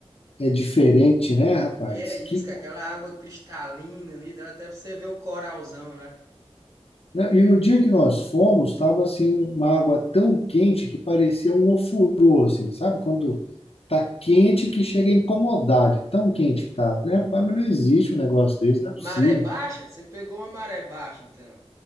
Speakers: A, on the left; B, on the right.
A: É diferente, né, rapaz?
B: Que é isso,
A: Que
B: cara, aquela água cristalina ali, dá até pra você ver o coralzão lá.
A: né? E no dia que nós fomos, estava assim uma água tão quente que parecia um ofurô, assim, sabe? Quando tá quente que chega a incomodar, de tão quente que tá. Falei, rapaz, mas não existe um negócio desse, não é possível.
B: Maré baixa? Você pegou uma maré baixa, então.